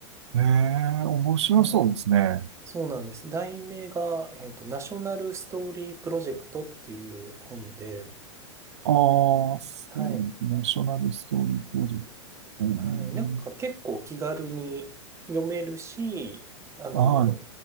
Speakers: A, on the right; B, on the right.
A: ー、えー、面白そうですね。
B: よ。えーそうなんです。題名が、えっと、ナショナルストーリープロジェクトっていう本で、
A: ああ、そうですね。
B: はい。
A: ナショナルストーリープロジェクト。え
B: はい。なんか結構気軽に読めるし、あの、
A: ー、はい。